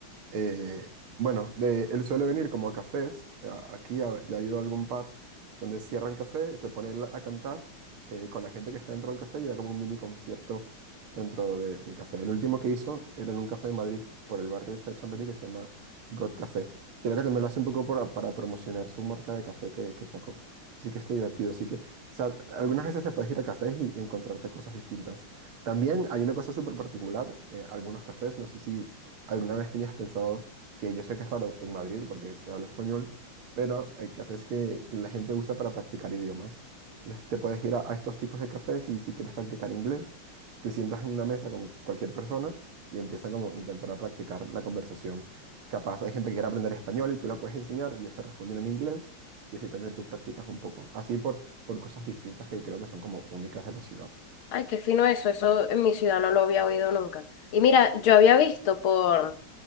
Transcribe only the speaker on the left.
Ay, qué fino eso, eso en mi ciudad no lo había oído nunca. Y mira, yo había visto por,